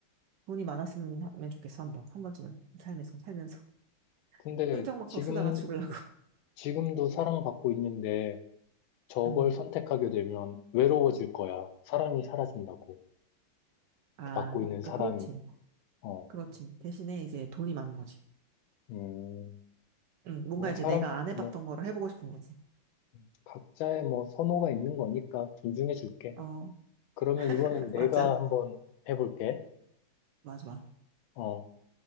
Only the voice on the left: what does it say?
근데
지금
지금도 사랑받고 있는데 저걸
선택하게 되면 외로워질 거야. 사랑이 사라진다고.
그 받고 있는
사랑이.
어,
음,
뭐
사람,
뭐,
음, 각자의 뭐 선호가 있는 거니까 존중해 줄게.
그러면 이번엔
내가
한번 해볼게.
어,